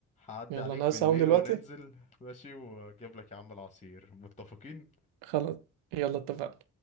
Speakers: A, on the left; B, on the right.
A: هعدي
B: يلا
A: عليك
B: انا
A: بالليل
B: هقوم دلوقتي
A: وننزل ماشي واجيب لك يا عم العصير متفقين
B: خلاص يلا اتفقنا